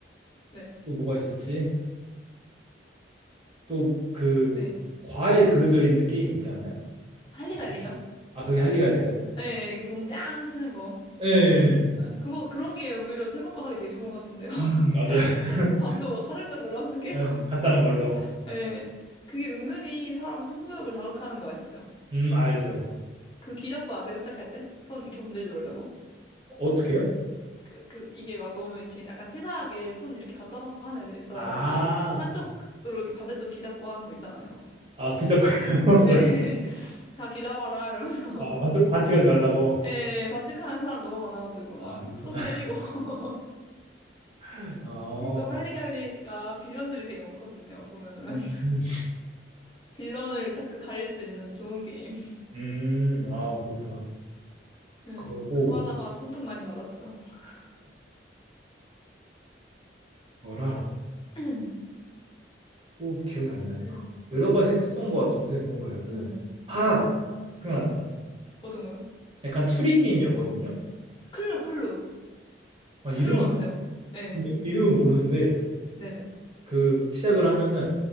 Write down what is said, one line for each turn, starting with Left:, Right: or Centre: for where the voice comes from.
Left: 네,
Right: 또 뭐가 있었지? 또 그
Left: 네.
Right: 과일 그려져 있는 게임 있잖아요.
Left: 할리갈리요?
Right: 뒤에? 아, 그게 할리갈리예요?
Left: 네, 이렇게 종짱 치는 거.
Right: 예.
Left: 네, 그거 그런 게 오히려 술 먹고 하기 되게 좋은 것 같은데요. <laughs>
Right: 음, 맞아요. <laughs>
Left: 잠도 막 화들짝 놀라면서 깨고.
Right: 네, 간단한
Left: <laughs>
Right: 걸로.
Left: 네, 그게 은근히 사람 승부욕을 자극하는 거 아시죠?
Right: 음, 알죠.
Left: 그 귀 잡고 아세요? 시작할 때? 손 이렇게 건들지 말라고.
Right: 어떻게요?
Left: 그, 그, 이게 막 너무 이렇게 약간 치사하게 손 이렇게 갖다 놓고 하는 애들 있어가지고,
Right: 아,
Left: 한쪽으로 이렇게 반대쪽 귀 잡고 하는 거 있잖아요.
Right: 아, 귀잡고 요 <laughs>
Left: 예. <laughs> 다 귀 잡아라, 이러면서.
Right: 아, 반칙, 반칙하지 말라고.
Left: 예, 예, 반직하는 사람 너무 많아가지고
Right: 아,
Left: 막
Right: 그렇구나.
Left: 손 때리고 <laughs>
Right: <laughs> 어,
Left: 이게 또 할리갈리가 빌런들이 되게 많거든요. 보면은
Right: 음,
Left: <laughs>
Right: 음,
Left: 빌런을 딱 그 가릴 수 있는 좋은 게임. <laughs>
Right: 음, 아, 그렇구나.
Left: 네,
Right: 그러고,
Left: 그거 하다가 손등 많이 맞았죠. <laughs>
Right: 뭐랑,
Left: 맞아요. <clears throat>
Right: 또 기억이 안 나네.
Left: 네,
Right: 그 여러 가지 했었던 것 같은데, 그거 말고.
Left: 네.
Right: 아, 생각났다.
Left: 어, 어떤 거요?
Right: 약간 추리 게임이었거든요.
Left: 클로, 클로,
Right: 아, 이름이,
Left: 클로 같아요. 예,
Right: 이름, 이름은 모르는데,
Left: 네네,
Right: 그, 시작을 하면은,